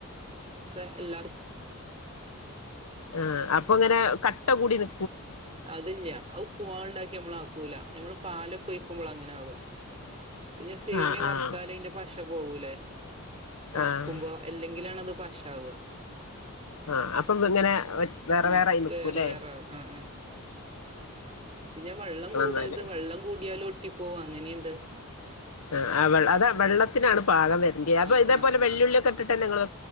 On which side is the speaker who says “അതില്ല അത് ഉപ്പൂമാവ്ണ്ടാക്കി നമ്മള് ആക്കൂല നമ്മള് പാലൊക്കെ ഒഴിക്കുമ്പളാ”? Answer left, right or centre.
Right